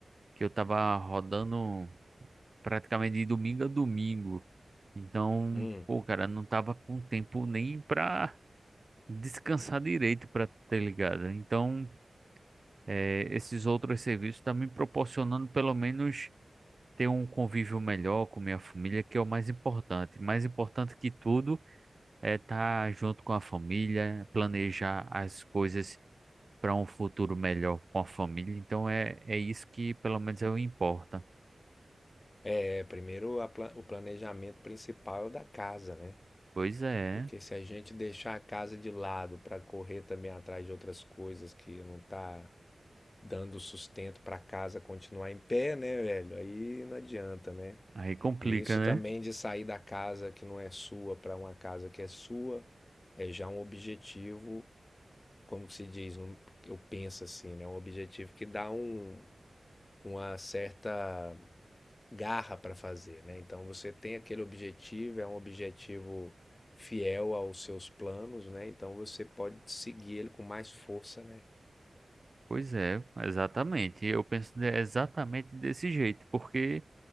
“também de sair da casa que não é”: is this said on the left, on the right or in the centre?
Left